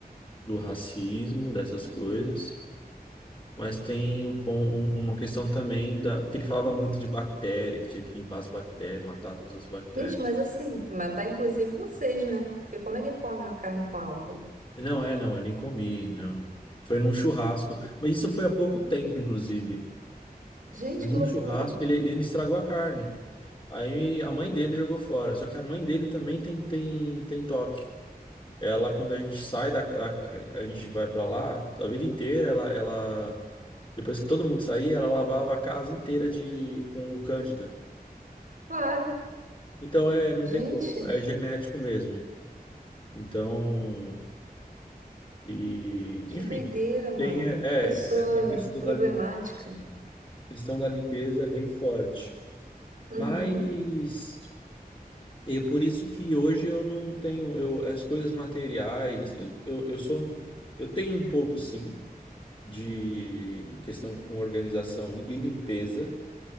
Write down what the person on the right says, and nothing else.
Gente, mas assim, matar inclusive vocês, né? Porque como é que comem uma carne com álcool?
Gente,
que loucura!
Claro!
Gente,
que
doideira, mano!
Que pessoa
problemática.
Uhum,